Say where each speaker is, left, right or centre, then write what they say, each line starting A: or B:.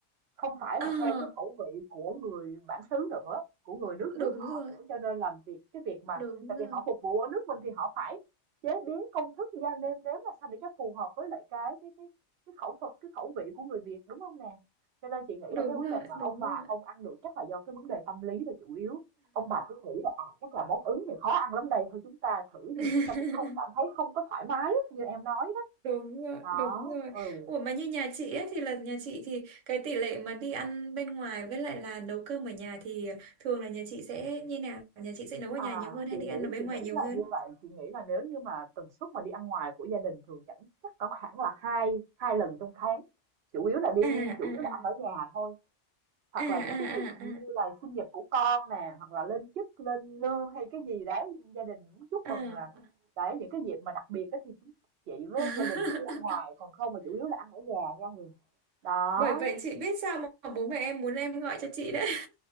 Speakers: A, on the right (about 60°); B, on the right (about 80°).
A: không phải
B: à,
A: là theo cái khẩu vị của người bản xứ nữa của người nước
B: <laughs>
A: nước
B: đúng
A: họ
B: rồi
A: nữa cho nên làm việc cái việc mà
B: đúng
A: tại
B: rồi
A: vì họ phục vụ ở nước mình thì họ phải chế biến công thức gia nêm nếm là sao để cho phù hợp với lại cái cái cái cái khẩu phần cái khẩu vị của người Việt đúng không nè cho nên chị nghĩ
B: đúng
A: là cái vấn
B: rồi
A: đề mà
B: đúng
A: ông bà
B: rồi
A: không ăn được chắc là do cái vấn đề tâm lý là chủ yếu ông bà cứ nghĩ là à, chắc là món Ứng thì khó ăn lắm đây thôi chúng ta thử nhưng mà
B: <laughs>
A: chúng ta cũng không cảm thấy không có thoải mái như em nói đó
B: Đúng rồi,
A: đó
B: đúng rồi.
A: ừ
B: Ủa mà như nhà chị ấy, thì là nhà chị thì cái tỷ lệ mà đi ăn bên ngoài với lại là nấu cơm ở nhà thì thường là nhà chị sẽ như nào? Nhà chị sẽ nấu ở
A: À,
B: nhà nhiều hơn hay
A: chị nghĩ
B: đi ăn ở bên
A: chị nghĩ
B: ngoài nhiều
A: là
B: hơn?
A: như vậy, chị nghĩ là nếu như mà tần suất mà đi ăn ngoài của gia đình thường chẳng chắc có khoảng là hai hai lần trong tháng. Chủ yếu là đi
B: À à
A: chủ yếu là
B: à
A: ăn ở nhà thôi, hoặc
B: à à
A: là những cái dịp như
B: à
A: là sinh nhật của con nè, hoặc là lên chức, lên lương hay cái gì đấy gia đình muốn chúc
B: à.
A: mừng là
B: à.
A: đấy những cái dịp mà đặc biệt á thì chúng chị với
B: <laughs>
A: gia đình mới đi ăn ngoài, còn không mà chủ yếu là ăn ở nhà nha Huyền. Đó.
B: Bởi vậy chị biết sao mà bố mẹ em muốn em gọi cho chị đấy.